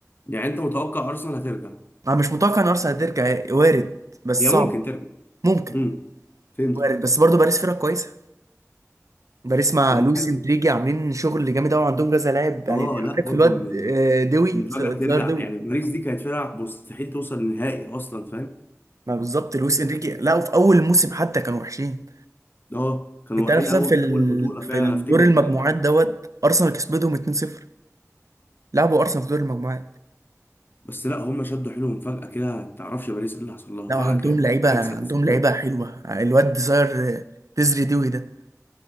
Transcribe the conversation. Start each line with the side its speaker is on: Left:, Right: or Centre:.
Left: يعني انت متوقع ارسنال هترجع
Right: أنا مش متوقع إن أرسنال هترجع يعني وارد بس
Left: هي ممكن
Right: صعب
Left: ترجع
Right: ممكن
Left: امم فهمتك
Right: وارد بس برضه باريس فرقة كويسة باريس مع
Left: طب ما
Right: لويس
Left: حلو
Right: إنريجي عاملين شغل جامد أوي عندهم كذا لاعب يعني
Left: اه لا
Right: عارف
Left: برضو
Right: الواد
Left: ان
Right: آه، دوي
Left: ان
Right: تزار
Left: فجاه ترجع
Right: دوي
Left: يعني باريس دي كانت فرقه مستحيل توصل للنهائي اصلا فاهم
Right: ما بالظبط لويس إنريجي لا في أول الموسم حتى كانوا وحشين
Left: اه كانوا
Right: أنت
Left: واقعين
Right: عارف مثلا
Left: قوي
Right: في
Left: في
Right: ال...
Left: اول بطوله
Right: في
Left: فعلا
Right: الدور
Left: انا افتكر
Right: المجموعات
Left: الكلام ده
Right: دوت أرسنال كسبتهم 2-0 لعبوا أرسنال في دور المجموعات
Left: بس لا هم شدوا حيلهم فجاه كده ما تعرفش باريس ايه اللي حصل لها
Right: لا
Left: فجاه
Right: عندهم
Left: كانت
Right: لعيبة
Left: بتكسب
Right: عندهم
Left: بسكورات
Right: لعيبة حلوة الواد تزار تزري دوي ده